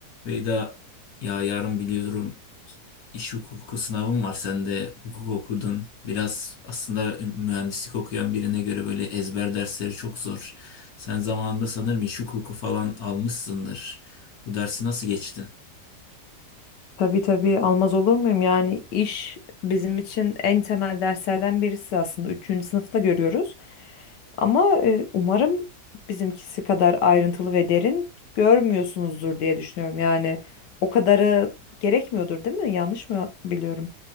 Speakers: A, on the left; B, on the left.
A: Beyda ya yarın biliyorum iş hukuku sınavım var. Sen de hukuk okudun. Biraz aslında mühendislik okuyan birine göre böyle ezber dersleri çok zor. Sen zamanında sanırım iş hukuku falan almışsındır. Bu dersi nasıl geçtin?
B: Tabii tabii almaz olur muyum? Yani iş bizim için en temel derslerden birisi aslında. Üçüncü sınıfta görüyoruz. Ama e, umarım bizimkisi kadar ayrıntılı ve derin görmüyorsunuzdur diye düşünüyorum. Yani o kadarı gerekmiyordur, değil mi? Yanlış mı biliyorum?